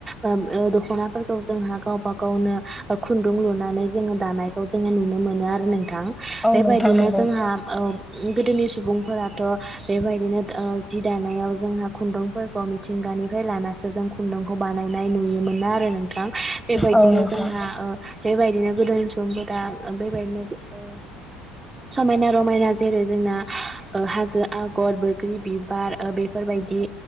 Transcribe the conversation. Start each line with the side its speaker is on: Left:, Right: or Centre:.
Right: ओ दख'नाफोरखौ जोंहा। गावबा गावनो ओ खुन्दुं लुनानै जोङो दानायखौ जोङो नुनो मोनो। मोनो आरो नोंथां
Centre: औ
Right: बेबायदिनो
Centre: नोंथां नंगौ
Right: जोंहा ओ। गोदोनि सुबुंफोराथ' बेबायदिनो ओ जि दानायाव जोंहा खुन्दुंफोरखौ मिथिंगा। गानिफ्राय लानासो जों खुन्दुंखौ बानायनाय नुयोमोन ना आरो नोंथां। बेबायदिनो
Centre: औ नोंथां
Right: जोंहा ओ बेबायदिनो गोदो सुबुंफोरा ओ बेबायदिनो ओ। समायना रमायना जेरै जोंना ओ हाजो आगर बैग्रि बिबार ओ बेफोरबायदि।